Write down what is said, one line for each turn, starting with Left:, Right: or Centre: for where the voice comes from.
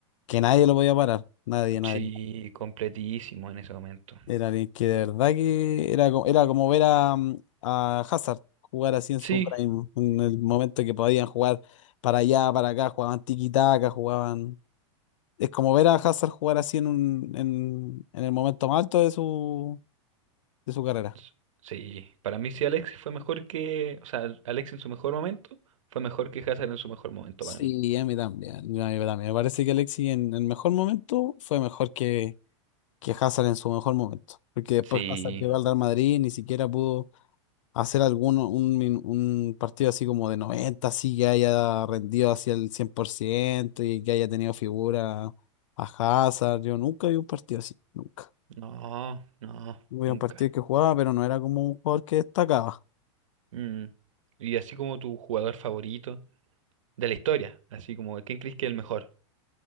Left: que nadie lo podía parar, nadie, nadie.
Right: Sí, completísimo en ese momento.
Left: Era alguien que de verdad que era, co- era como ver a, mm, a Hazard jugar así en
Right: Sí,
Left: su prime, en el momento que podían jugar para allá, para acá, jugaban tiki-taka, jugaban... Es como ver a Hazard jugar así en, un, en, en el momento más alto de su, de su carrera.
Right: s- sí, para mí sí Alexis fue mejor que, o sea, Alexis en su mejor momento fue mejor que Hazard en su mejor momento
Left: Sí,
Right: para mí.
Left: a mí también, a mí también. Me parece que Alexis en el mejor momento fue mejor que, que Hazard en su mejor momento, porque después
Right: Sí,
Left: Hazard llegó al Real Madrid, ni siquiera pudo... hacer alguno, un, min- un partido así como de 90 así que haya rendido hacia el 100% y que haya tenido figura a Hazard. Yo nunca vi un partido así, nunca.
Right: no, no,
Left: Vi
Right: nunca.
Left: un partido que jugaba, pero no era como un jugador que destacaba.
Right: Mm. Y así como tu jugador favorito de la historia, así como ¿quién crees que es el mejor?